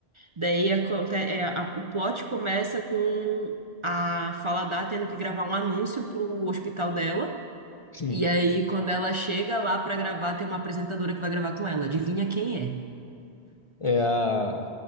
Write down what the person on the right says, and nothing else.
Daí aconte- é, a- o plot começa com a Faladar tendo que gravar um anúncio pro hospital dela.
E aí, quando ela chega lá pra gravar, tem uma apresentadora que vai gravar com ela. Adivinha quem é?